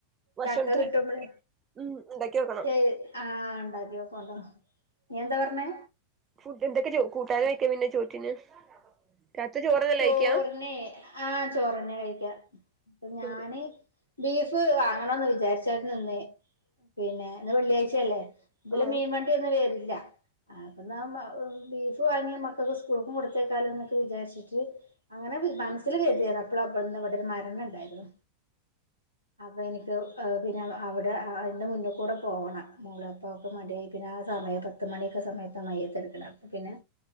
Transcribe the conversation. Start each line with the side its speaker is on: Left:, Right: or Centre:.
Right: ഭക്ഷണത്തിന്
Left: ചക്ക കിട്ടുമ്പള്
Right: ഉം ഉണ്ടാക്കി വെക്കണം
Left: ശരി ആഹ് ഉണ്ടാക്കിയോക്കണ്ടോ നീ എന്താ പറഞ്ഞേ
Right: ഫുഡിന് എന്തൊക്കെ കൂട്ടാന് വെക്ക പിന്നെ ചോറ്റിന് രാത്രി ചോറന്നല്ലേ
Left: ചോറിനെ
Right: കഴിക്കാ
Left: ആഹ് ചോറന്നെയാ കഴിക്കാ അപ്പൊ ഞാന്
Right: ഉം
Left: ബീഫ് വാങ്ങണന്ന് വിചാരിച്ചായിരുന്നു നിന്ന് പിന്നെ ഇന്ന് വെള്ളിയാഴ്ചയല്ലേ ഇതില്
Right: ആ
Left: മീൻവണ്ടി ഒന്നും വെരില്ല ആഹ് അപ്പൊന്നാ മാ ബീഫ് വാങ്ങിയ മക്കൾക്ക് സ്കൂൾക്കും കൊടുത്തേയ്ക്കാലോന്നൊക്കെ വിചാരിച്ചി ച്ചു അങ്ങനെ വി മനസ്സിൽ കരിതിയത അപ്പോ അവിടുന്നു ഇവിടോരു മരണം ഉണ്ടായിരുന്നു ആ അപ്പോ ഇനിപ്പോ പിന്നെ അവിടെ അതിൻ്റെ മുന്നിൽ കൂടെ പോകണം മോളപ്പോവക്ക് മടിയായി പിന്നെ ആഹ് സമയ പത്ത് മണിയൊക്കെ സമയത്ത് മയ്യത്തെ എടുക്കണ അപ്പോപ്പിന്നെ